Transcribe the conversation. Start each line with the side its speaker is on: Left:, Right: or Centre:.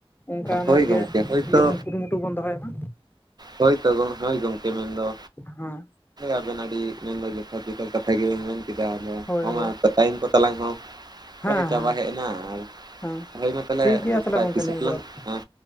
Left: ᱚᱱᱠᱟᱱᱟᱜ
Right: ᱦᱳᱭ ᱜᱚᱢᱠᱮ
Left: ᱜᱮ
Right: ᱦᱳᱭᱛᱚ
Left: ᱤᱭᱟᱹ ᱵᱚᱱ ᱠᱩᱨᱩᱢᱩᱴᱩ ᱵᱚᱱ ᱫᱚᱦᱚᱭ ᱢᱟ᱾
Right: ᱦᱳᱭ ᱛᱚ ᱜᱚᱢ ᱦᱳᱭ ᱜᱚᱢᱠᱮ ᱢᱮᱱᱫᱚ
Left: ᱦᱮᱸ
Right: ᱟᱵᱮᱱ ᱟᱹᱰᱤ᱾ ᱢᱮᱱ ᱫᱚ ᱡᱚᱛᱷᱟᱛ ᱡᱚᱛᱷᱟᱛ ᱠᱟᱛᱷᱟ ᱜᱮᱵᱮᱱ ᱢᱮᱱ ᱠᱮᱫᱟ ᱟᱫᱚ᱾
Left: ᱦᱳᱭ
Right: ᱦᱚᱸ
Left: ᱦᱳᱭ᱾
Right: ᱢᱟ ᱴᱟᱭᱤᱢ ᱠᱚ ᱛᱟᱞᱟᱝ ᱦᱚᱸ
Left: ᱦᱮᱸ
Right: ᱯᱨᱟᱭ ᱪᱟᱵᱟ
Left: ᱦᱮᱸ
Right: ᱦᱮᱡ ᱮᱱᱟ ᱟᱨ᱾
Left: ᱦᱮᱸ
Right: ᱦᱳᱭ ᱢᱟ ᱛᱟᱦᱞᱮ
Left: ᱴᱷᱤᱠ ᱜᱮᱭᱟ
Right: ᱫᱩᱯᱨᱟᱭ
Left: ᱛᱟᱦᱚᱞᱮ ᱜᱚᱢᱠᱮ
Right: ᱛᱤᱥ
Left: ᱱᱤᱭᱟᱹ
Right: ᱠᱚᱛᱮᱞᱟᱝ
Left: ᱵᱮᱲᱟ ᱫᱚ
Right: ᱮᱸ